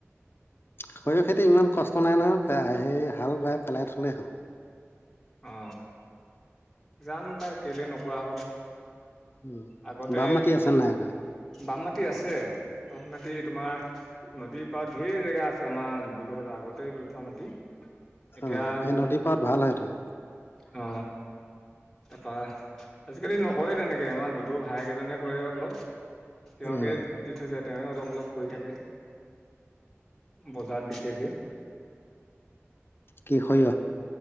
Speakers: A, on the left; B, in the centre.
A: সৰিয়হ খেতি ইমান কষ্ট নাই নহয়ে হেই হাল বাই পেলাই থ'লেই হ'ল।
B: অ জানো পাই কেলে নকৰা হ'ল।
A: উম
B: আগতে
A: বাম মাটি আছে নাই? এ
B: বাম মাটি আছে বাম মাটি তোমাৰ নদীৰ পাৰত ঢেৰ জেগা আছে আমাৰ দুইহাজৰ আগতেই লৈ থোৱা মাটি। এতিয়া
A: অ সেই নদী পাৰত ভাল হয়তটো।
B: অ তাৰপা আজিকালি নকৰে তেনেকে আমাৰ দুদৌৰ ভাইকেইজনে কৰে অলপ। তেওঁকে
A: উম
B: দি থৈছে তেওঁ অলপ অলপ কৰি থাকে বজাৰত বিকেগে
A: কি সৰিয়হ